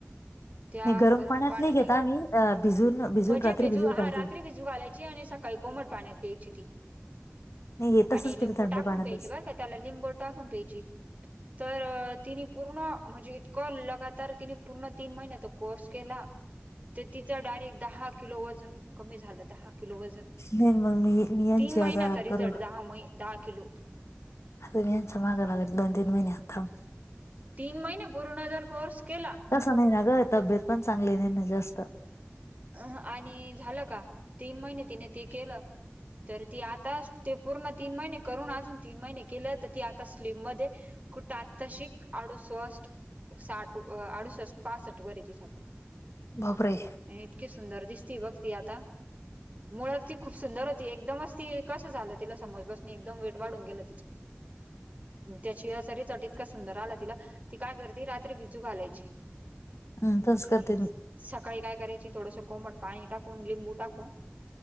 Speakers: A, on the right; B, on the left.
A: त्या
B: नाही
A: गरम
B: पाण्यात
A: पाण्याने
B: नाही घेत आम्ही अ भिजून भिजून
A: म्हणजे
B: रात्री
A: भिजू
B: भिजून
A: हा
B: घालते.
A: रात्री भिज तू घालायचे आणि सकाळी कोमट पाण्यात प्यायची ती
B: नाही हे तसंच
A: आणि लिंबू
B: पिते थंड
A: टाकून
B: पाण्यातच
A: प्यायची बरं का त्याला लिंबू टाकून प्यायची तर तिने पूर्ण म्हणजे इतकं लगातार तिने पूर्ण तीन महिने तर कोर्स केला तर तिचा डायरेक्ट दहा किलो वजन कमी झालं दहा किलो वजन
B: नाही मग मी मी यांची
A: तीन महिन्याचा
B: आता
A: रिझल्ट
B: करू
A: दहा मै दहा किलो
B: अ यांच्या मागं लागत दोन तिन महिने आता थांब
A: तीन महिने पूर्ण जर कोर्स केला
B: तसं नाही ना गं तब्येत पण चांगली नाही ना जास्त
A: अ आणि झालं का तीन महिने तिने ते केलं तर ती आता ते पूर्ण तीन महिने करून अजून तीन महिने केले तर ती आता स्लीम मध्ये कुठं आत्ताशिक आडुसष्ट साठ आडुसष्ट पासठ वर येते सध्या
B: बापरे
A: आणि इतकी सुंदर दिसतीय बघ ती आता. मुळात ती खूप सुंदर होती, एकदमच ती कसं झालं तिला समजलच नाही, एकदम वेट वाढून गेलं तिचं. <inaudible> त्या चिया सरीचा ट इतका सुंदर आला तिला, ती काय करती रात्री भिजू घालायची.
B: हम्म
A: आणि
B: तसंच करते मी
A: सकाळी काय कराय ची थोडसं कोमट पाणी टाकून, लिंबू टाकून